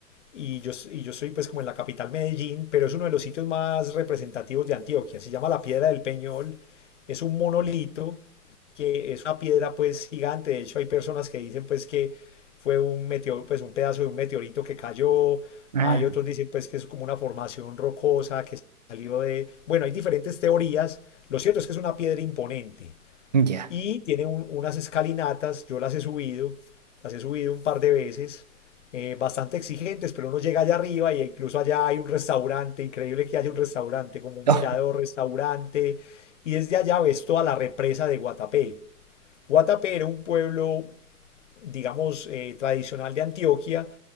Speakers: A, on the left; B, on the right.
A: y yo, s- y yo soy, pues, como en la capital Medellín, pero es uno de los sitios más representativos de Antioquia. Se llama la Piedra del Peñol, es un monolito que es una piedra pues gigante. De hecho, hay personas que dicen pues que fue un meteoro, pues un pedazo de un meteorito que cayó.
B: ah,
A: Hay otros dicen pues que es como una formación rocosa que salió de... Bueno, hay diferentes teorías. Lo cierto es que es una piedra imponente
B: ya,
A: y tiene un- unas escalinatas. Yo las he subido, las he subido un par de veces. eh, bastante exigentes, pero uno llega allá arriba y incluso allá hay un restaurante, increíble que haya un restaurante, como un
B: oh,
A: mirador restaurante, y desde allá ves toda la represa de Guatapé. Guatapé era un pueblo, digamos, eh, tradicional de Antioquia,